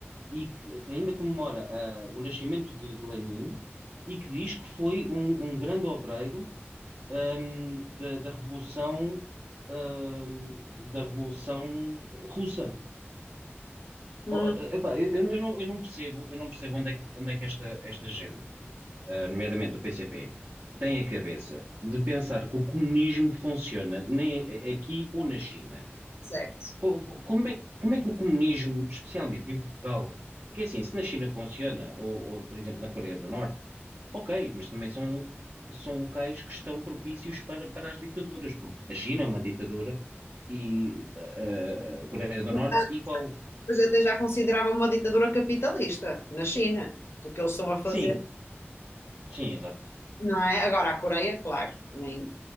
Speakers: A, on the right; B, on the left.
A: e que que ainda comemora ah, o nascimento de, de Lenin e que diz que foi um, um grande obreiro ahm, da, da Revolução ahm, da Revolução Russa.
B: Hum,
A: Oh, eh, epá, eu, eu não, eu não percebo, eu não percebo onde é que, onde é que esta, esta gente, ah, nomeadamente o PCP, tem a cabeça de pensar que o comunismo funciona nem aqui ou na China.
B: certo.
A: Po- po- Como é, que- como é que o comunismo, especialmente em Portugal, porque assim, se na China funciona, ou, ou, por exemplo na Coreia do Norte, ok, mas também são, são locais que estão propícios para, para as ditaduras, porque a China é uma ditadura e eh, eh, a Coreia do Norte
B: Ah,
A: igual.
B: Mas eu até já considerava uma ditadura capitalista na China, do que eles estão a fazer,
A: Sim, sim, exato.
B: não é? Agora a Coreia, claro, nem,